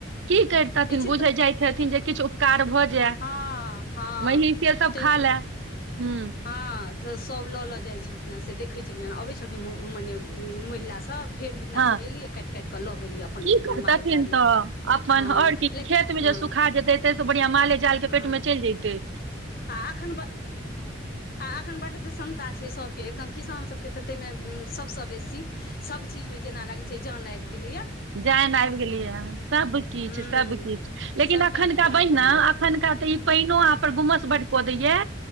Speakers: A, on the right; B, on the left.
A: कि कर्थिन
B: विचित्र
A: बुझै जाइत हथिन जे किछु उपकार भऽ
B: हँ हँ
A: मही से सभ
B: ताहि
A: खा
B: दु
A: ले ह
B: हँ से सभ ले जाय छलखिन हे से देखे छलिय ह अबे छलखिन मने महिला सभ। सभ ढेर महिलास
A: हँ
B: सभ एलिय काटि काटि कऽ लऽ गेली अपन
A: की
B: अपन
A: करतथिन
B: माल जाल लऽ
A: तऽ अपन
B: हँ।
A: आओर की खेतमे
B: लेकिन
A: ज
B: हँ
A: सुखा जेतै तै सँ बढ़िया माले जाल के
B: हँ
A: पेट मे चलि जतै
B: आ एखन आ एखन बड प्रसन्नता छै, सभके एकदम किसान सभके तऽ ताहिमे सभसँ बेसी सभ चीज मे जेना लागे छै जान आबि गेले या
A: जयन आबि गेलिय ह, सभकिछु
B: हूँ
A: सभकिछु लेकिन
B: सभटामे
A: एखुनका
B: जान
A: बहिना
B: प्राण आबि
A: एखुनका तऽ ई। पानो अहाँ पर घुमसँ बड कऽ दैया